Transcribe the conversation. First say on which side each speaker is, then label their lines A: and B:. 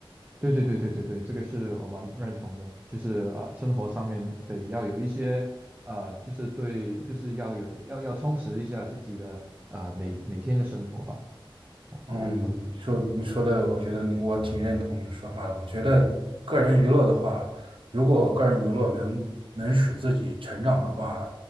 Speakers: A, on the right; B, on the right.
A: 对对对对对对，这个是我蛮认同的，就是啊、呃生活上面得要有一些呃，就是对，就是要有要要充实一下自己的啊、呃每每天的生活吧，我我认为，
B: 嗯，你说你说的，我觉得你我挺认同你的说法的。我觉得个人娱乐的话，如果个人娱乐能能使自己成长的话，